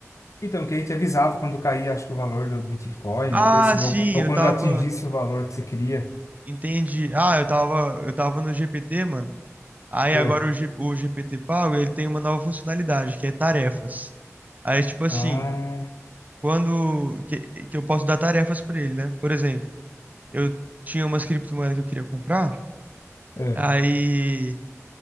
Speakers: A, on the left; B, on the right.
A: Então, que aí te avisava quando caía, acho que o valor do do Bitcoin,
B: Ah,
A: uma coisa assim,
B: sim,
A: ou, ou
B: eu
A: quando
B: tava,
A: atingisse o valor que você queria.
B: entendi. Ah, eu tava, eu tava no GPT, mano. Aí
A: É.
B: agora o, G- o GPT pago, ele tem uma nova funcionalidade, que é tarefas. Aí tipo assim,
A: Ah,
B: quando que, que eu posso dar tarefas pra ele, né? Por exemplo, eu tinha umas criptomoedas que eu queria comprar,
A: é.
B: aí